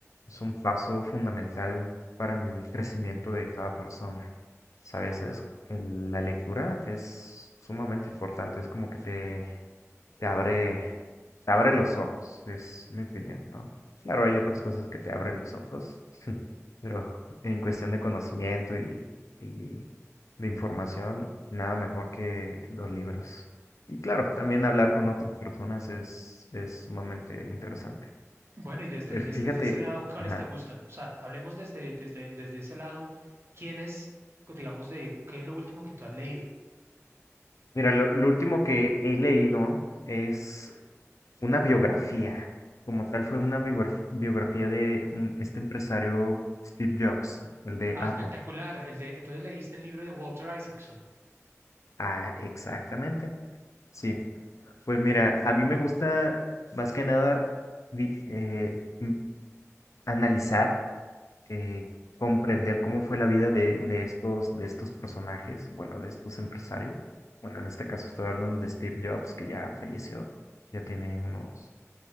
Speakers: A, on the left; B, on the right.
A: es un paso fundamental para el crecimiento de cada persona. Sabes, es, el- la lectura es sumamente importante, es como que te te abre, te abre los ojos, es mi opinión, ¿no? Claro, hay otras cosas que te abren los ojos, <laughs> pero en cuestión de conocimiento y, y de información, nada mejor que los libros. Y claro, también hablar con otras personas es, es sumamente interesante.
B: Bueno, y desde,
A: Eh,
B: el-
A: Fíjate,
B: desde, desde ese lado, ¿cuáles
A: ajá,
B: te gustan? O sea, hablemos desde, desde, desde ese lado, ¿quiénes, digamos, de qué es lo último que tú has leído?
A: Mira, lo, lo último que he leído es una biografía, como tal fue una biograf- biografía de un- este empresario Steve Jobs, el de
B: Ah,
A: Apple.
B: espectacular. El de, entonces leíste el libro de Walter Isaacson.
A: Ah, exactamente. Sí, pues mira, a mí me gusta más que nada di- eh, m- analizar, eh, comprender cómo fue la vida de, de estos, de estos personajes, bueno, de estos empresarios. Bueno, en este caso estoy hablando de Steve Jobs, que ya falleció, ya tiene unos,